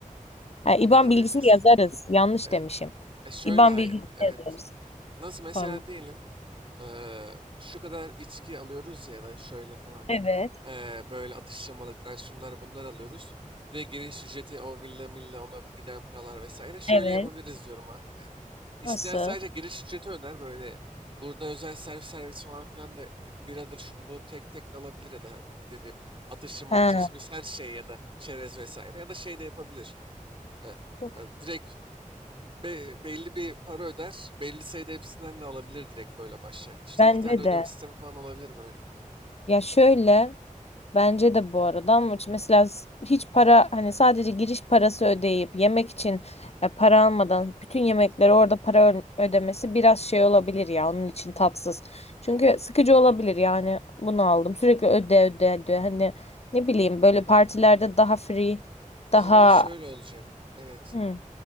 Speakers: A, on the left (about 50°); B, on the right (about 40°).
A: Ha,
B: Onları
A: IBAN bilgisini
B: vereceğiz.
A: yazarız. Yanlış
B: Evet.
A: demişim.
B: E şöyle
A: IBAN
B: hayır.
A: bilgisini
B: Evet.
A: yazarız.
B: Nasıl mesela
A: Formda.
B: diyelim eee, şu kadar içki alıyoruz ya ya da şöyle falan.
A: Evet,
B: Eee, böyle atıştırmalıklar şunlar bunlar alıyoruz. Ve giriş ücreti o villa milla ona giden paralar vesaire. Şöyle
A: evet.
B: yapabiliriz diyorum. ha, e, İsteyen
A: Nasıl?
B: sadece giriş ücreti öder böyle. Burada özel servis servis falan filan da e, biradır şunu bunu tek tek de alabilir ya da dediğim atıştırmalık
A: Ha,
B: cips mis her şey ya da çerez vesaire ya da şey de yapabilir. E,
A: çok-
B: e, direkt Be- belli bir para öder. Belli sayıda hepsinden de alabilir direkt böyle başlangıçta.
A: bence
B: İki tane ödeme
A: de.
B: sistemi falan olabilir böyle.
A: Ya şöyle. Bence de bu arada ama hiç- mesela s- hiç para hani sadece giriş parası ödeyip yemek için e, para almadan bütün yemekleri orada para ö- ödemesi biraz şey olabilir ya onun için tatsız. Çünkü sıkıcı olabilir yani bunu aldım sürekli öde öde öde hani ne bileyim böyle partilerde daha free
B: O
A: daha
B: zaman şöyle olacak. Evet.
A: Hı,